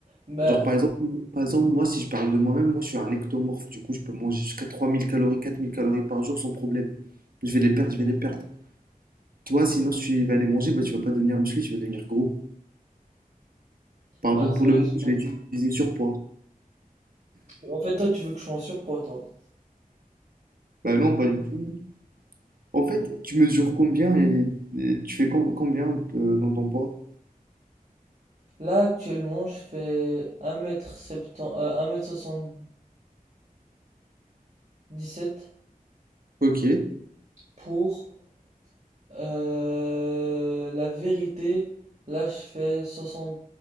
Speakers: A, on the right; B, on the right.
A: Bah,
B: Genre, par exemple, par exemple, moi, si je parle de moi-même, moi, je suis un ectomorphe. Du coup, je peux manger jusqu'à 3000 calories, 4000 calories par jour sans problème. Je vais les perdre, je vais les perdre. Toi, sinon, si tu vas les manger, bah, tu vas pas devenir musclé, tu vas devenir gros. Pardon
A: ouais, c'est
B: pour
A: vrai,
B: le mot,
A: j'ai
B: je
A: capté.
B: vais utiliser surpoids.
A: En fait, toi, tu veux que je sois en surpoids, toi.
B: Bah non, pas du tout. En fait, tu mesures combien et, et tu fais com- combien euh, dans ton poids?
A: Là, actuellement, je fais un mètre m 70 euh, soixante dix sept
B: Ok.
A: pour euh, la vérité. Là, je fais soixante